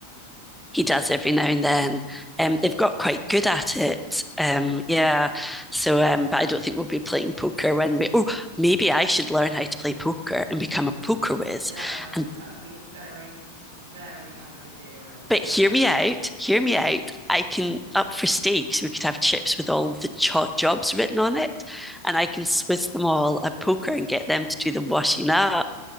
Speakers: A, in the centre; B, on the right (about 60°).
A: He does every now and then. Um, they've got quite good at it. Um, yeah. So, um, but I don't think we'll be playing poker when we. Oh, maybe I should learn how to play poker and become a poker whiz.
B: No, I think
A: And
B: that would be a very, very bad idea, Elsa.
A: but hear me out. Hear me out. I can up for stakes. We could have chips with all the cho- jobs written on it, and I can swizz them all at poker and get them to do the washing up,